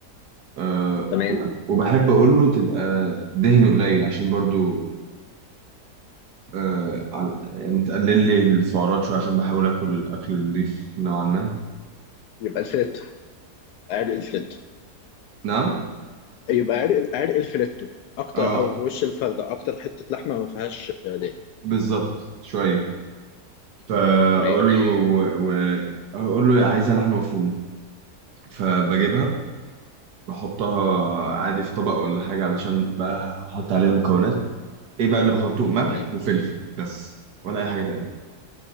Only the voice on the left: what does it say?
تمام
يبقى الفليتو عرق الفليتو
يبقى عرق عرق الفليتو اكتر
او وش الفخده اكتر حته لحمه ما فيهاش ده
تمام
تمام